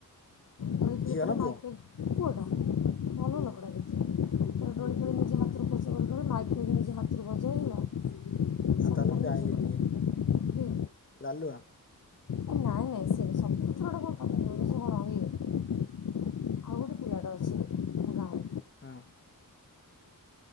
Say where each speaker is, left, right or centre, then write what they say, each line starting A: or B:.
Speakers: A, on the left (about 65°); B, on the left (about 35°).
A: <unintelligible>
B: ଝିଅ ନା ପୁଅ
A: ମାଇକି ଫାଇକ୍ ପୁଅ ଟା ଭଲ
B: ହୁଁ
A: ଲୋକଟା କିନ୍ତୁ। ତାର ଦୋଳି ଫୋଳି ନିଜେ ହାତରୁ ଖର୍ଚ୍ଚ କରି କରେ। ମାଇକ୍ ଫାଇକ୍ ନିଜ ହାତରୁ ବଜାଏ ହେଲା। ସବୁ
B: ଆଉ ତା ହେଲେ
A: ତାର
B: ମୁଁ ଜାଇଁଲି
A: ନିଜେ କରେ
B: କିଏ
A: କିଏ
B: ଲାଲୁଆ?
A: ଏ ନାଇଁ ନାଇଁ ସିଏ ନୁହେଁ ସବୁ କଥା ଗୁଡ଼ା କଣ ତାକୁ କହୁଚ ସେ କଣ ଇଏ? ପିଲାଟେ ଅଛି ଆମ ଗାଁର
B: ହଁ।